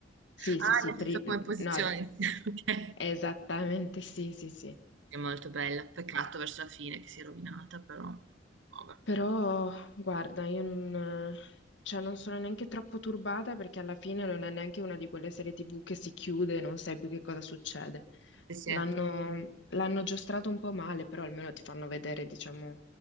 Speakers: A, on the left; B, on the right.
A: Sì,
B: Ah,
A: sì, sì,
B: nel
A: pri-
B: senso come posizione.
A: no,
B: <laughs> Ok.
A: Esattamente, sì, sì, sì.
B: È molto bella, peccato verso la fine che si è rovinata, però... Vabbè.
A: Però, guarda, io non, cioè, non sono neanche troppo turbata perché alla fine non è neanche una di quelle serie TV che si chiude e non sai più che cosa succede.
B: Sì, sì,
A: L'hanno l'hanno giostrato un po' male, però almeno ti fanno vedere, diciamo,